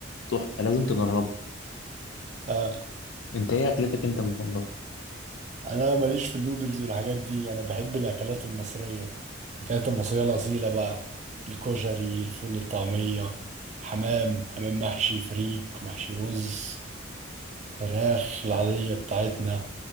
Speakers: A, on the left; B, on the right.
A: تحفه لازم تجربه
B: آه.
A: انت ايه اكلتك انت المفضله
B: انا ماليش في النودلز والحاجات دي انا بحب الاكلات المصريه الاكلات المصريه الاصيله بقى الكشري الفول الطعميه حمام حمام محشي فريك محشي رز فراخ العاديه بتاعتنا